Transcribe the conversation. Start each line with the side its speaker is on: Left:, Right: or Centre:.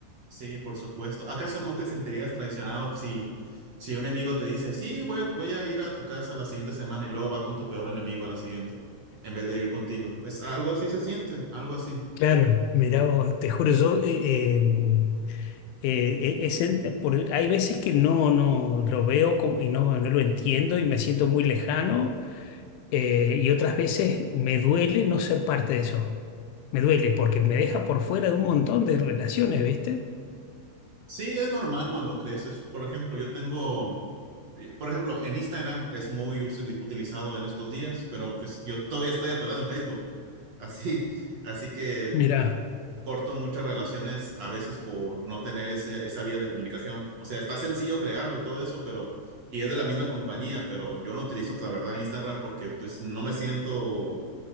Right: Sí, por supuesto. ¿Acaso no te sentirías traicionado si, si un enemigo te dice, sí, voy, a- voy a ir a tu casa la siguiente semana y luego va con tu peor enemigo a la siguiente, en vez de ir contigo? Es algo así se siente, algo así.
Left: Claro, mirá vos, te juro, yo eh, eh, Eh, e- es en- por- hay veces que no, no lo veo como- y no, no lo entiendo y me siento muy lejano eh, y otras veces me duele no ser parte de eso. Me duele porque me deja por fuera de un montón de relaciones, ¿viste?
Right: Sí, es normal cuando creces. Por ejemplo, yo tengo, por ejemplo, en Instagram es muy usil- utilizado en estos días, pero pues yo todavía estoy atorado en Facebook. Así, así que
Left: Mirá,
Right: corto muchas relaciones a veces por no tener ese, esa vía de comunicación. O sea, está sencillo crearlo y todo eso, pero, y es de la misma compañía, pero yo no utilizo, la verdad, Instagram porque pues no me siento